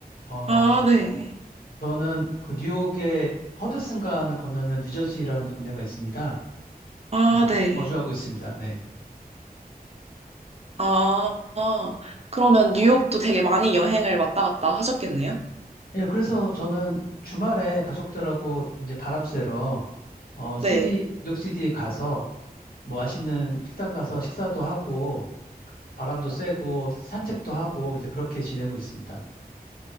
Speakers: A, on the left; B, on the right.
A: 어,
B: 아, 네.
A: 저는 그 뉴욕의 허드슨강을 건너면 뉴저지라는 동네가 있습니다.
B: 아,
A: 어, 거기
B: 네.
A: 거주하고 있습니다. 네.
B: 아, 아. 그러면 뉴욕도 되게 많이 여행을 왔다 갔다 하셨겠네요?
A: 예, 그래서 저는 주말에 가족들하고 이제 바람 쐬러, 어, 시
B: 네.
A: d 뉴욕 시 d 가서 뭐 맛있는 식당 가서 식사도 하고 바람도 쐬고 산책도 하고 이제 그렇게 지내고 있습니다.